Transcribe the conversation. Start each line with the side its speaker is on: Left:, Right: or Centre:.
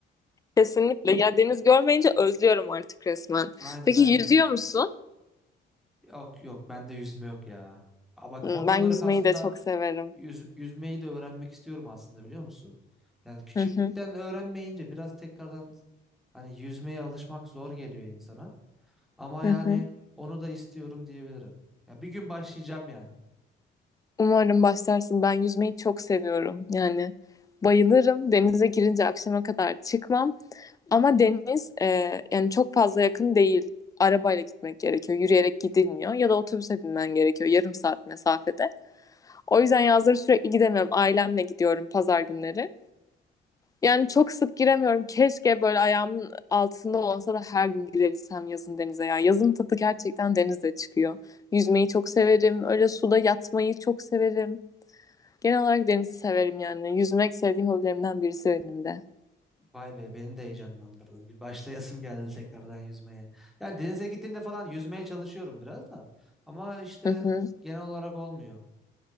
Left: Kesinlikle. Ya deniz görmeyince özlüyorum artık resmen.
Centre: Aynen
Left: Peki
Centre: aynen.
Left: yüzüyor musun?
Centre: Yok yok bende yüzme yok ya. Ama bak
Left: Hı,
Centre: hobi
Left: Ben
Centre: olarak
Left: yüzmeyi
Centre: aslında
Left: de çok severim.
Centre: Yüz, yüzmeyi de öğrenmek istiyorum aslında biliyor musun? Yani küçüklükten
Left: Hı hı.
Centre: öğrenmeyince biraz tekrardan hani yüzmeye alışmak zor geliyor insana. Ama yani
Left: Hı hı.
Centre: onu da istiyorum diyebilirim. Ya bir gün başlayacağım yani.
Left: Umarım başlarsın. Ben yüzmeyi çok seviyorum. Yani bayılırım. Denize girince akşama kadar çıkmam. Ama deniz e, yani çok fazla yakın değil. Arabayla gitmek gerekiyor. Yürüyerek gidilmiyor. Ya da otobüse binmen gerekiyor yarım saat mesafede. O yüzden yazları sürekli gidemiyorum. Ailemle gidiyorum pazar günleri. Yani çok sık giremiyorum. Keşke böyle ayağımın altında olsa da her gün girebilsem yazın denize ya. Yazın tadı gerçekten denizde çıkıyor. Yüzmeyi çok severim. Öyle suda yatmayı çok severim. Genel olarak denizi severim yani. Yüzmek sevdiğim hobilerimden birisi benim de.
Centre: Vay be beni de heyecanlandırdın. Bir başlayasım geldi tekrardan yüzmeye. Yani denize gittiğimde falan yüzmeye çalışıyorum biraz da. Ama işte
Left: Hı hı.
Centre: genel olarak olmuyor.